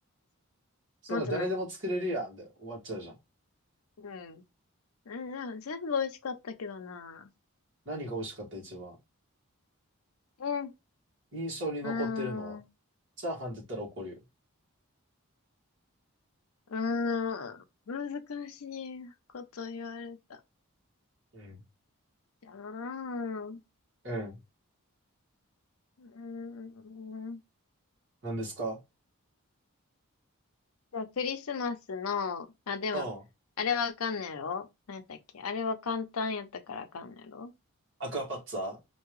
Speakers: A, on the right (about 55°); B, on the left (about 80°).
A: そんな誰でも作れるやんで終わっちゃうじゃん。
B: もっとなんか、うん。うん、でも全部美味しかったけどな。
A: 何が美味しかった一番。
B: うん。
A: 印象に残ってるのは、
B: うーん、う
A: チャーハンって言ったら怒るよ。
B: ーん、難しいこと言われた。
A: うん。
B: うーん、う
A: うん
B: ーん。
A: 何ですか
B: じゃあ、クリスマスの、あ、でも、
A: うん。
B: あれわかんないやろ何やったっけあれは簡単やったからあかんないやろ
A: アクアパッツァ